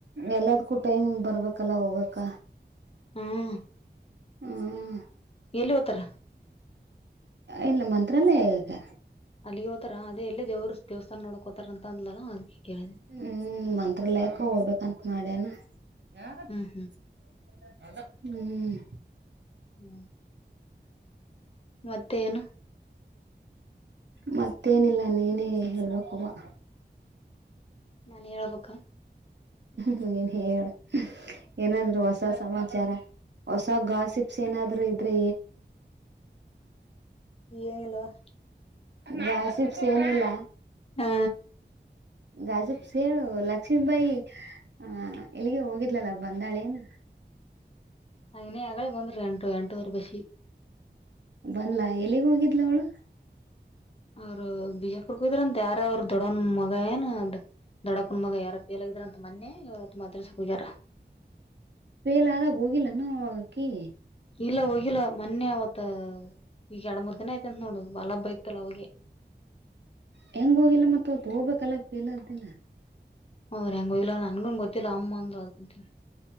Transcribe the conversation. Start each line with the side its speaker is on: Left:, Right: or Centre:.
Right: ಎಲ್ಲದಕ್ಕೂ ಟೈಮ್ ಬರ್ಬೇಕಲ್ಲ ಹೋಗಕ
Left: ಹ್ಮ್
Right: ಹ್ಮ್
Left: ಎಲ್ಲಿ ಹೋತಾರ
Right: ಇಲ್ಲೇ ಮಂತ್ರಾಲಯಕ್ಕ
Left: ಅಲ್ಲಿಗೆ ಹೋತರ ಅದೆ ಎಲ್ಲ ದೇವರು ದೇವಸ್ಥಾನ ನೋಡಕ್ಕೋತಾರ ಅಂತ್ ಅಂದ್ಲಲ್ಲಾ ಅದಕ್ಕೆ ಕೇಳಿದೆ
Right: ಹ್ಮ್ ಮಂತ್ರಾಲಯಕ್ಕ ಹೋಗ್ಬೇಕಂತ ಮಾಡ್ಯನ <unintelligible>
Left: ಹ್ಮ್
Right: ಹ್ಮ್
Left: ಹ್ಮ್ ಮತ್ತೇನ
Right: ಮತ್ತೇನಿಲ್ಲ ನೀನೇ ಹೇಳ್ಬೇಕವ್ವಾ
Left: ನಾನೇಳ್ಬೇಕಾ
Right: ನೀನ್ ಹೇಳ ಏನಾದ್ರು ಹೊಸ ಸಮಾಚಾರ ಹೊಸ ಗಾಸಿಪ್ಸ್ ಏನಾದ್ರು ಇದ್ರೆ
Left: ಏನಿಲ್ವಾ
Right: ಗಾಸಿಪ್ಸ್ ಏನಿಲ್ಲ
Left: ಹಾ
Right: ಗಾಸಿಪ್ಸ್ ಹೇಳು ಲಕ್ಷ್ಮೀಬಾಯಿ ಆ ಎಲ್ಲಿಗೆ ಹೋಗಿದ್ಲಲ್ಲ ಬಂದಾಳೇನು <inaudible>
Left: ವೈನಿ ಆಗಳೆ ಬಂದ್ರು ಎಂಟು ಎಂಟೂವರೆ ಬಸ್ಸಿಗ್
Right: ಬಂದ್ಲಾ ಎಲ್ಲಿಗ್ ಹೋಗಿದ್ಲ ಅವಳು
Left: ಅವ್ರು ಬಿಜಾಪುರಕ್ಕ್ ಹೋಗಿದ್ರಂತ್ ಯಾರೋ ಅವ್ರ್ ದೊಡ್ಡಮ್ಮನ್ ಮಗ ಏನ ದೊಡ್ಡಪ್ಪುನ್ ಮಗ ಯಾರ ಪ ಎಲ್ಲಾಗಿದಾರ ಅಂತ ಮೊನ್ನೆ ತು ಮಾತ್ರಸ ಹೋಗ್ಯಾರ
Right: ಬೇಲ ಆದಾಗ ಹೋಗಿಲ್ಲಾನಕಿ
Left: ಇಲ್ಲ ಹೋಗಿಲ್ಲ ಮೊನ್ನೆ ಅವತ್ ಈಗ ಎರ ಮೂರ್ ದಿನ ಐತಿ ಅಂತತ್ ನೋಡು ಬಲಬ್ಬ ಇಯತಲ್ಲ ಅವೆ
Right: ಹೆಂಗ ಹೋಗಿಲ್ಲ ಮತ್ತ ತಗಬೇಕಲ್ಲ ಪೇಲದ ದಿನ
Left: ಹ್ರ ಹಂಗ ಹೋಗ್ಲ ನನ್ಗೂನ್ ಗೊತ್ತಿಲ್ಲ ಅಮ್ಮ ಅಂದ್ರು ಅದಕಂತನಿ